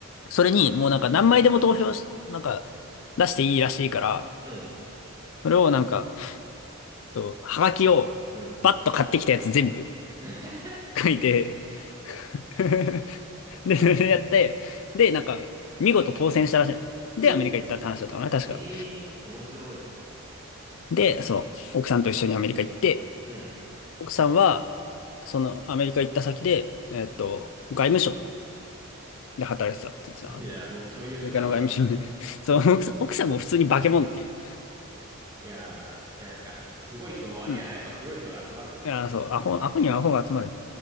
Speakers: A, on the left; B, on the right.
A: それにもうなんか何枚でも投票し、なんか、出していいらしいから、
B: うん、
A: それをなんか、と、はがきを、
B: うん。
A: バッと買ってきたやつ全部
B: <laughs>
A: 書いて、<laughs> で、それやって、で、なんか、見事当選したらしいの。で、
B: おう。
A: アメリカ行ったって話だったかな、確か。
B: へえ、面白い。
A: で、そう、奥さんと一緒にアメリカ行って、
B: うん。
A: 奥さんは、そのアメリカ行った先で、えっと、外務省ので働いてたって言ってたア
B: いやー、どっちも優秀なんだね。
A: メリカの外務省に。<laughs> そう、奥さん、奥さんも普通に化け物っていう。
B: いやー、なんか、すごい人の割には、
A: うん。
B: やっぱすごい人が集まるんだね。
A: あ、そう、アホ、アホにはアホが集まる。